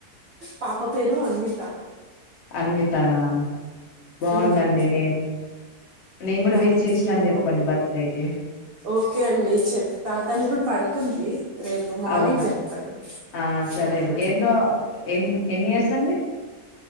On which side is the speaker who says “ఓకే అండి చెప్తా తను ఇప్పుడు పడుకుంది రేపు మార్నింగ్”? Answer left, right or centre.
Right